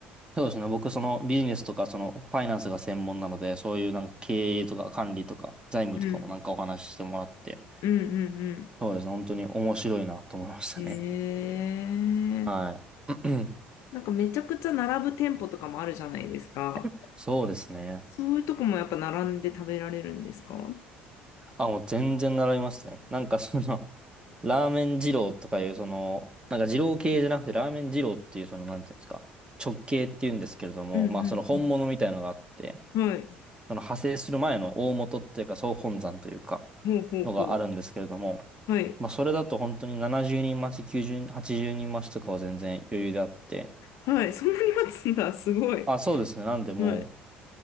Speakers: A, on the right; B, on the left.
A: そうですね、僕そのビジネスとかそのファイナンスが専門なので、そういうなんか経営とか管理とか財務とかもなんかお話ししてもらって、
B: うん、うん、うん、うん。
A: そうですね、本当に面白いなと思いましたね。
B: ええ
A: はい。
B: なんかめちゃくちゃ並ぶ店舗とかもあるじゃないですか。
A: <clears throat> そうですね。
B: そういうとこもやっぱ並んで食べられるんですか <laughs>
A: あ、もう全然習いますね。なんかその、ラーメン二郎とかいう、その、なんか二郎系じゃなくてラーメン二郎っていう、その、なんていうんですか、直系っていうんですけれども、
B: うん、
A: まあその本物みたいのがあって、
B: うん、はい。
A: その派生する前の大元っていうか総本山というか、
B: ほうほうほう。
A: のがあるんですけれども、
B: はい。
A: まあそれだと本当に70人待ち、90人、80人待ちとかは全然余裕であって、
B: はい、そんなに待つんだ、すごい。
A: あ、そうですね。なんでもう
B: はい。